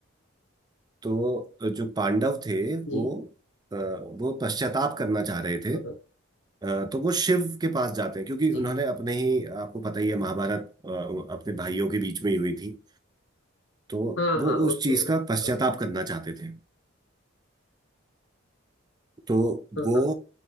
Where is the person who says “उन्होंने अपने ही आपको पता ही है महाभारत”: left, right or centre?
Right